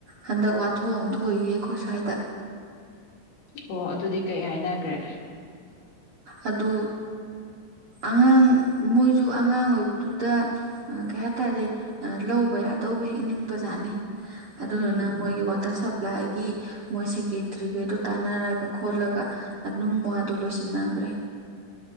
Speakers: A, on the right; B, on the left.
A: ꯍꯟꯗꯛ ꯋꯥꯊꯣꯛꯑꯝ ꯊꯣꯛꯏꯌꯦ ꯑꯈꯣꯏ ꯁ꯭ꯋꯥꯏꯗ
B: ꯑꯣ ꯑꯗꯨꯗꯤ ꯀꯩ ꯍꯥꯏꯅꯈ꯭ꯔꯦ
A: ꯑꯣ ꯑꯉꯥꯡ ꯃꯣꯏꯁꯨ ꯑꯉꯥꯡ ꯑꯣꯏꯕꯗꯨꯗ ꯑ ꯀꯩ ꯍꯥꯏꯇꯥꯔꯦ ꯂꯧꯕ ꯌꯥꯗꯧꯕ ꯍꯦꯛ ꯅꯤꯡꯕꯖꯥꯠꯅꯤ ꯑꯗꯨꯗꯨꯅ
B: ꯎꯝ
A: ꯃꯣꯏꯒꯤ ꯋꯥꯇꯔ ꯁꯄ꯭ꯂꯥꯏ ꯀ ꯃꯣꯏ ꯁꯦꯀꯦꯇ꯭ꯔꯤꯒꯩꯗꯣ ꯇꯥꯟꯅꯔꯒ ꯈꯣꯠꯂꯒ ꯑꯗꯨꯝ ꯋꯥꯗꯣ ꯂꯣꯏꯁꯤꯟꯅꯈ꯭ꯔꯦ